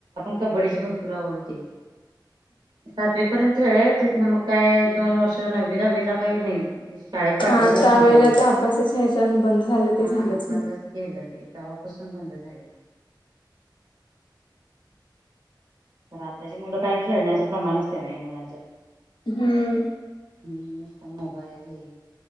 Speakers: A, on the right; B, on the left.
A: कब्डीची भरपूर आवड होती सातवी पर्यंत. खेळ तिथनं मग काय दोन वर्ष नवी दहावीला काही नाही शाळेत पाठवतच
B: हा त्या
A: नव्हते
B: वेळेला
A: आम्हाला.
B: त्या अभ्यासाचे ह्याचने बंद झालं ते
A: हा
B: झालंच
A: बंदच
B: ना,
A: ते तवापसून बंद झाले. आताची मुलं काय खेळण्याचं प्रमाणच कमी मुलांच्या
B: हम्म
A: हम् नसत मोबाईल हे